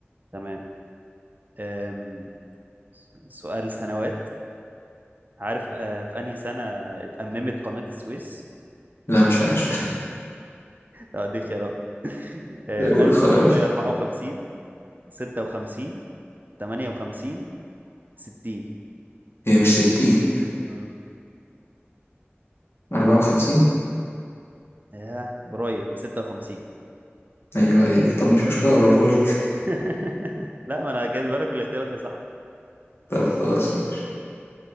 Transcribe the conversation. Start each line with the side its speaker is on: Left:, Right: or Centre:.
Right: تمام أم. سؤال سنوات عارف آه، في أنهي سنة اتأممت قناة السويس
Left: لا مش عارف
Right: اه دي خيارات <laughs> آه،
Left: <laughs> قول
Right: 1954
Left: الخيارات
Right: 56 58 60
Left: هي مش ستين
Right: مم.
Left: أربعة وخمسين
Right: اه قريب 56
Left: أيوة عليك طب مش مشكلة قربهولي
Right: <laughs> لا ما انا جاي بالك بالاختيارات يا صاحبي
Left: <laughs> طب خلاص ماشي